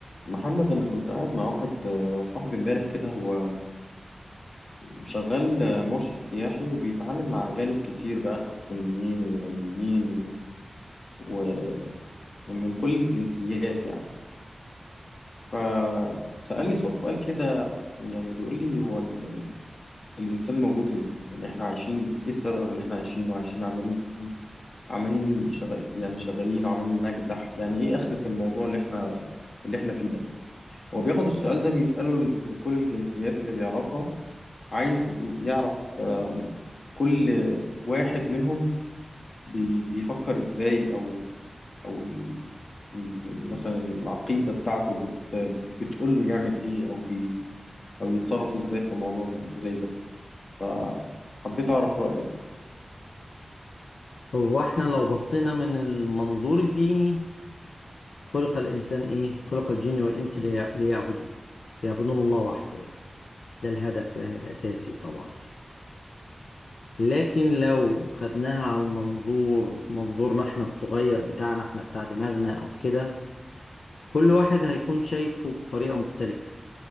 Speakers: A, on the left (about 60°); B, on the left (about 85°).
A: محمد أنا كنت قاعد مع واحد آه، صاحبي امبارح كده هو شغال آه، مرشد سياحي وبيتعامل مع أجانب كتير بقى ناس صينيين ويابانيين و- ومن كل الجنسيات يعني فسألني سؤال كده يعني بيقول لي هو ال- الإنسان موجود ليه؟ يعني إحنا عايشين إيه السبب اللي إحنا عايشينه؟ عايشين وعايشين عمالين عمالين شغال يعني شغالين وعمالين نجدح يعني إيه آخرة الموضوع اللي إحنا اللي إحنا فيه ده؟ هو بياخد السؤال ده بيسأله لكل الجنسيات اللي بيعرفها عايز يعرف آم، كل واحد منهم بي- بيفكر ازاي او او ال- ال- ال- مثلا العقيدة بتاعته بت بتقول له يعمل ايه او بي او يتصرف ازاي في الموضوع ده زي ده فحبيت اعرف رأيك
B: هو احنا لو بصينا من المنظور الديني خلق الإنسان إيه؟ خلق الجن والإنس ليع- ليعبدوه يعبدون الله وحده يعني ده الهدف يعني الأساسي طبعا يعني لكن لو خدناها على المنظور منظورنا احنا الصغير بتاعنا احنا بتاع دماغنا أو كده كل واحد هيكون شايفه بطريقة مختلفة